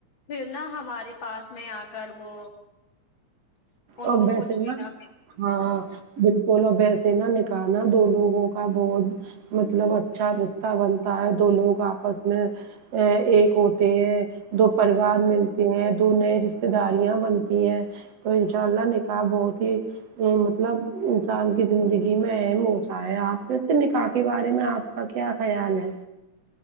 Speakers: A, on the left; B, on the right.
A: پھر نا ہمارے پاس میں آ کر وہ ان
B: اور
A: کو
B: ویسے
A: کچھ بھی
B: نا
A: نہ مل
B: ہاں بالکل بولو و یسے نہ نکا ح دو لوگوں کا بہت مطلب اچھا رشتہ بنتا ہے دو لوگ آپس میں ایک ہوتے ہیں دو پریوار ملتے ہیں دو نئے رشتے داریاں بنتی ہیں تو ان شاء اللہ نکاح بہت ہی نہیں مطلب انسان کی زندگی میں اہم ہوتا ہے آپ کیسے نکاح کے بارے میں آپ آپ کا کیا خیال ہے